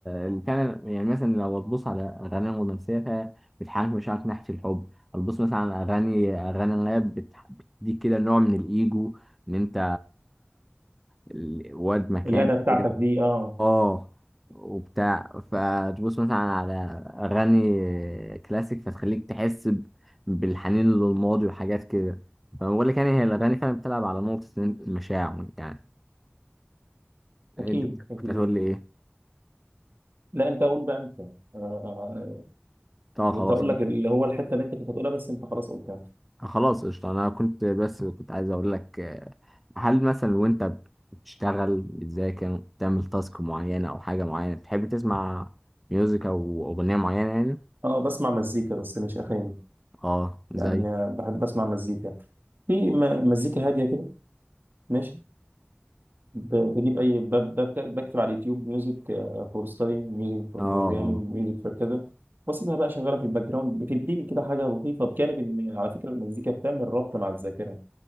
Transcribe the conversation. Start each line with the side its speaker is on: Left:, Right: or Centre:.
Centre: إن كان يعني مثلا لو تبص على اغاني رومانسيه فبتحاكي مشاعرك ناحيه الحب هتبص مثلا على اغاني اغاني راب بتح- بتديك كده نوع من الايجو ان انت ال- واد مكان
Right: الأنا بتاعتك
Centre: كده
Right: دي اه
Centre: اه وبتاع فتبص مثلا على اغاني كلاسيك فتخليك تحس ب- بالحنين للماضي وحاجات كده فانا بقول لك يعني هي الاغاني فعلا بتلعب على نقطه المشاعر يعني انت
Right: أكيد أكيد
Centre: كنت هتقول لي ايه؟
Right: لا أنت قول بقى أنت آه
Centre: اه
Right: كنت
Centre: خلاص
Right: هقول لك اللي هو الحته اللي انت كنت هتقولها بس انت خلاص قلتها
Centre: خلاص قشطة أنا كنت بس كنت عايز أقول لك آه، هل مثلا وأنت بتشتغل بتذاكر بتعمل تاسك معينة أو حاجة معينة بتحب تسمع ميوزك أو أغنية معينة يعني؟
Right: اه بسمع مزيكا بس مش اغاني
Centre: أه
Right: يعني
Centre: زي
Right: آه، بحب اسمع مزيكا في م- مزيكا هاديه كده ماشي ب- بجيب اي ب- ب- بكتب على اليوتيوب ميوزك فور ستادي ميوزك فور
Centre: أه
Right: بروجرامينج
Centre: أه
Right: ميوزك فور كذا واسيبها بقى شغاله في الباك جراوند بتديني كده حاجه لطيفه بجانب ان على فكره المزيكا بتعمل ربط مع الذاكره